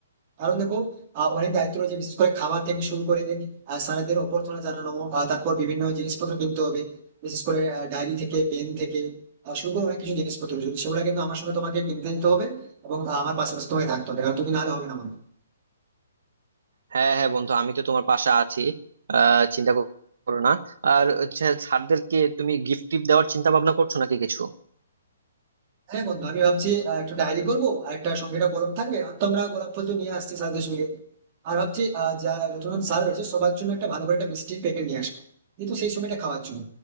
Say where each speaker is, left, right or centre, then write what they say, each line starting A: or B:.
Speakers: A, on the right; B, on the right.
A: কারণ দেখো আহ, অনেক দায়িত্ব রয়েছে বিশেষ করে খাবার থেকে শুরু করে আহ, স্যারেদের অভ্যর্থনা জানানো আহ, তারপর বিভিন্ন জিনিসপত্র কিনতে হবে বিশেষ করে ডায়েরি থেকে পেন থেকে আহ, শুরু করে অনেক কিছু জিনিসপত্র রয়েছে সেগুলো কিন্তু আমার সঙ্গে তোমাকে কিনতে যেতে হবে এবং আহ, আমার পাশাপাশি তোমাকে থাকতে হবে কারণ তুমি নাহলে হবে না আমার
B: হ্যাঁ হ্যাঁ বন্ধু আমি তো তোমার পাশে আছি আহ চিন্তা করো না আর হচ্ছে স্যারদেরকে তুমি গিফট টিফট দেওয়ার চিন্তা ভাবনা করছো নাকি কিছু
A: হ্যাঁ বন্ধু আমি ভাবছি আহ, একটা ডায়েরি করবো আর একটা সঙ্গে একটা কলম থাকবে আর তো আমরা গোলাপ ফুল তো নিয়ে আসছি স্যারদের সঙ্গে আর ভাবছি আহ, যা যতজন স্যার রয়েছে সবার জন্য একটা ভালো করে একটা মিষ্টির প্যাকেট নিয়ে আসবো কিন্তু সেই সময়টা খাওয়ার জন্য